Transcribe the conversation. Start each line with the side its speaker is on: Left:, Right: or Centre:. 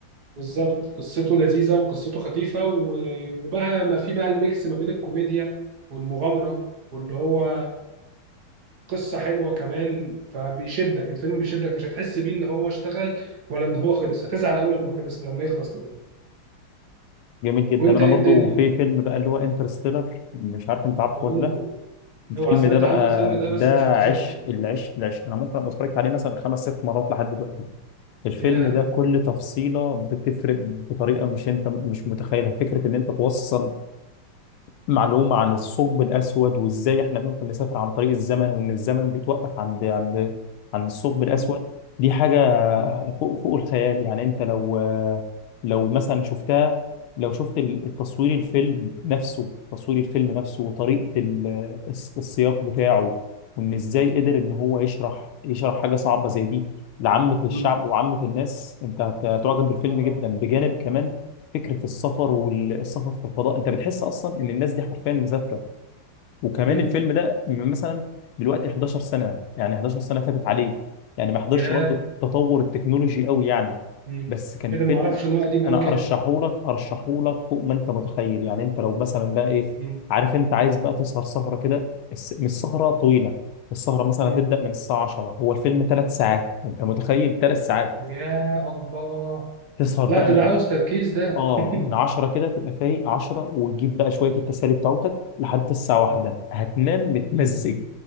Right: بالظبط قصته لذيذة وقصته خفيفة و- وبقى ما في بقى الميكس ما بين الكوميديا والمغامرة واللي هو قصة حلوة كمان فبيشدك الفيلم بيشدك مش هتحس بيه ان هو اشتغل ولا ان هو خلص هتزعل قوي لما خلص لما يخلص كمان
Left: جميل جدا
Right: وانت
Left: انا
Right: ايه
Left: برضو
Right: الدنيا
Left: في فيلم بقى اللي هو انترستيلر مش عارف انت عارفه
Right: اوه
Left: ولا لا الفيلم
Right: اوعى سمعت
Left: ده بقى
Right: عنه الفيلم ده
Left: ده
Right: بس ما شفتوش
Left: عشق
Right: قبل كده
Left: العشق العشق انا ممكن ابقى اتفرجت عليه مثلا خمس ست مرات لحد دلوقتي الفيلم
Right: ياه
Left: ده كل تفصيلة بتفرق بطريقة مش انت مش متخيلها فكرة ان انت توصل معلومة عن الثقب الأسود وإزاي إحنا ممكن نسافر عن طريق الزمن وإن الزمن بيتوقف عند عند عند الثقب الأسود
Right: مم.
Left: دي حاجة
Right: مم.
Left: فوق فوق الخيال يعني أنت لو لو مثلا شفتها لو شفت التصوير الفيلم نفسه تصوير الفيلم نفسه وطريقة ال- الس- السياق بتاعه وإن إزاي قدر إن هو يشرح يشرح حاجة صعبة زي دي لعامة الشعب
Right: مم.
Left: وعامة الناس أنت هت- هتعجب بالفيلم
Right: اه
Left: جدا بجانب كمان فكره السفر والسفر في الفضاء انت بتحس اصلا ان الناس دي حرفيا مسافره وكمان
Right: مم.
Left: الفيلم ده من مثلا دلوقتي 11 سنه يعني 11 سنه فاتت عليه يعني ما حضرش
Right: ياه
Left: برضه تطور التكنولوجي قوي يعني
Right: مم.
Left: بس كان
Right: ايه
Left: فيلم
Right: ده ما اعرفش ان هو قديم قوي
Left: انا
Right: كده
Left: ارشحه لك ارشحه لك فوق ما انت متخيل يعني انت لو مثلا بقى ايه
Right: مم.
Left: عارف انت عايز بقى تسهر سهره كده الس- مش سهره طويله السهره مثلا
Right: مم.
Left: هتبدا من الساعه 10 هو الفيلم ثلاث ساعات انت متخيل ثلاث ساعات
Right: يا الله
Left: تسهر بقى
Right: لا ده
Left: من
Right: ده عاوز تركيز ده
Left: اه
Right: <laughs>
Left: من 10 كده تبقى فايق 10 وتجيب بقى شويه التسالي بتاعتك لحد الساعه واحدة
Right: مم.
Left: هتنام متمزج
Right: مم.